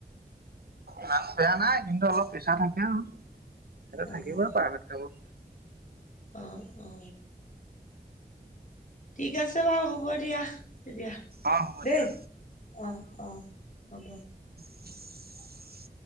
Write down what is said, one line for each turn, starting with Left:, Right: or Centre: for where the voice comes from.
Right: না বেয়া নাই কিন্তু অলপ পেচা থাকে আও। সেইটো
Left: অ'।
Right: থাকিব প্ৰাইভেট কামত।
Left: অ অ। ঠিক আছে বাৰু হ'ব দিয়া। তেতিয়া,
Right: অ হ'ব
Left: দেই
Right: দিয়া
Left: অ অ হ'ব।
Right: <inaudible>